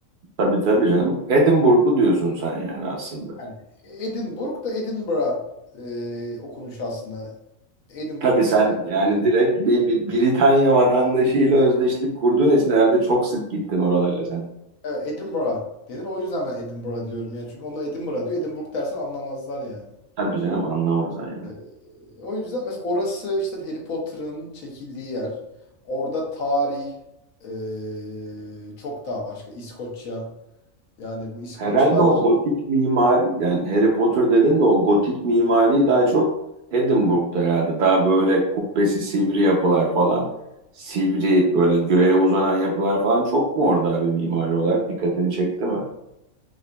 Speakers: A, on the right; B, on the left.
A: Tabii tabii canım. Edinburgh'u diyorsun sen yani aslında.
B: Yani Edinburgh da Edinburgh e, okunuşu aslında. Edinburgh
A: Tabii sen
B: biraz
A: yani
B: oku.
A: direkt bir, bir Britanya vatandaşıyla özdeşlik kurduğun için herhalde çok sık gittin oralara sen.
B: Evet, Edinburgh denir. O yüzden ben Edinburgh diyorum yani. Çünkü onlar Edinburgh diyor. Edinburgh dersen anlamazlar yani.
A: Tabii canım anlamaz aynen.
B: Ee, o yüzden mesela orası işte Harry Potter'ın çekildiği yer. Orada tarih ee, çok daha başka. İskoçya. Yani bu İskoçlar
A: Herhalde o gotik mimar yani Harry Potter dedin de o gotik mimariyi daha çok Edinburgh'da herhalde. Daha böyle kubbesi sivri yapılar falan. Sivri böyle göğe uzanan yapılar falan çok mu orada abi mimari olarak dikkatini çekti mi?